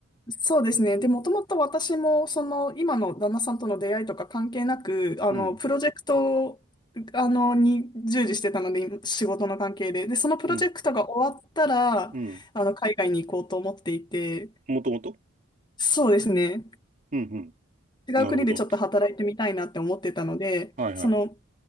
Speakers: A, on the left; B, on the right.
A: そうですね。で、もともと私も、その、今の旦那さんとの出会いとか関係なく、あの、
B: うん、
A: プロジェクト、あの、に従事してたので、仕事の関係で。で、そのプロジェクトが終わったら、
B: うん、うん。
A: あの、海外に行こうと思っていて、
B: もともと
A: そうですね。
B: うん、うん。
A: 違う国でちょっと働いてみたいなって思ってたので、
B: なるほど。はいはい。
A: その、